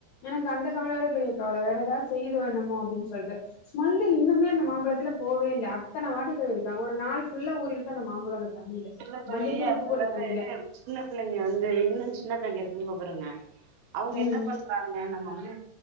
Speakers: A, on the left; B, on the right.
A: எனக்கு அந்த கவல வேற பெரிய கவல வேற ஏதாவது செய்தோ என்னமோ அப்டின் சொல்லிட்டு ஸ்மெல்லு இன்னுமே அந்த மாம்பழத்துல போவே இல்ல. அத்தன வாட்டி கழுவிருக்கே ஒரு நாள் ஃபுல்லா ஊறிருக்கு அந்த மாம்பழம் அந்த தண்ணில
B: இல்ல தோழி
A: மஞ்சத்தூள் உப்பு போட்ட
B: அதாவது
A: தண்ணில
B: சின்ன பிள்ளைங்க வந்து இன்னு சின்ன பிள்ளைங்க இருக் ங்க பாருங்க அவுங்க
A: ம்
B: என்ன பண்றாங்க நம்ம வந்து